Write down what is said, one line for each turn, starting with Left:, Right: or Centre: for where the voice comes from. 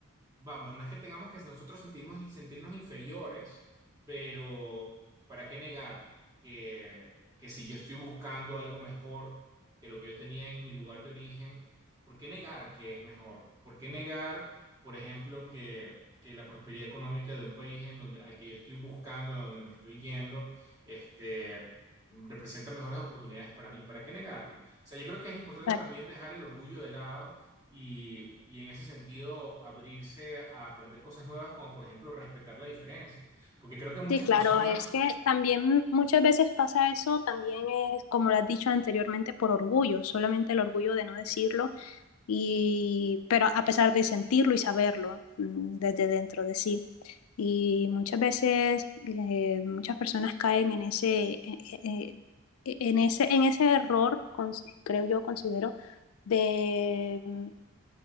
Right: Vamos, no es que tengamos que nosotros sentimos, sentirnos inferiores, pero ¿para qué negar que, que si yo estoy buscando algo mejor que lo que yo tenía en mi lugar de origen, ¿por qué negar que es mejor? ¿Por qué negar, por ejemplo, que, que la prosperidad económica de un país en donde, al que yo estoy buscando, a donde me estoy yendo, este, representa mejores oportunidades para mí? ¿Para qué negarlo? O sea, yo creo que es importante
Left: claro.
Right: también dejar el orgullo de lado y, y en ese sentido abrirse a aprender cosas nuevas, como por ejemplo respetar la diferencia. Porque creo que muchas
Left: Sí, claro,
Right: personas
Left: es que también muchas veces pasa eso, también es, como lo has dicho anteriormente, por orgullo, solamente el orgullo de no decirlo, y, pero a pesar de sentirlo y saberlo mm, desde dentro de sí. Y muchas veces eh, muchas personas caen en ese, eh, eh, en ese, en ese error, cons- creo yo, considero, de mm,